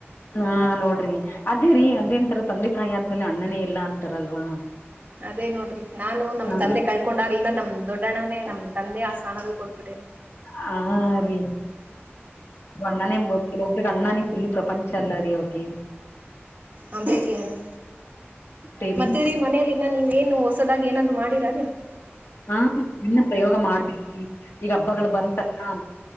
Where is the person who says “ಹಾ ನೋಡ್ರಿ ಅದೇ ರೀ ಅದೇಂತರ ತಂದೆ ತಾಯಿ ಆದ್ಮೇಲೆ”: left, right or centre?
Left